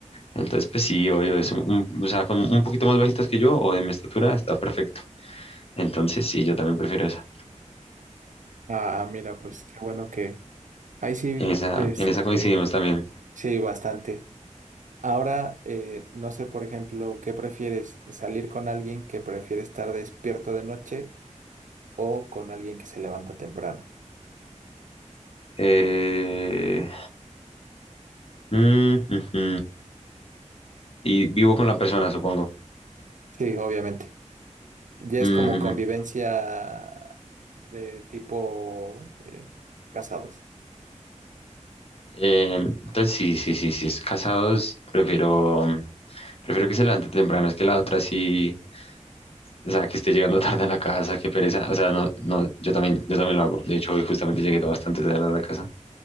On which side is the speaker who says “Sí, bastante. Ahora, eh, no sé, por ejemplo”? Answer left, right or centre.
Right